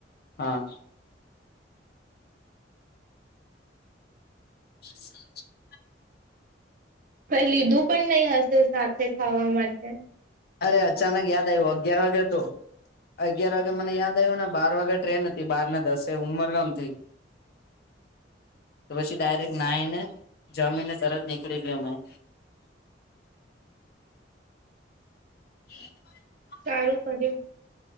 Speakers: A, on the left (about 55°); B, on the right (about 50°).
A: હા <inaudible>
B: કઈ લીધું પણ નહી હશે સાથે ખાવા માટે.
A: અરે અચાનક યાદ આવ્યું અગિયાર વાગ્યે તો અગિયાર વાગે મને યાદ આવ્યો ને બાર વાગે ટ્રેન હતી બાર ને દસે ઉમરગામ થી <inaudible> તો પછી ડાયરેક્ટ નાઈને જમીને તરત નીકળી ગયો મેં. એ
B: સારું કર્યું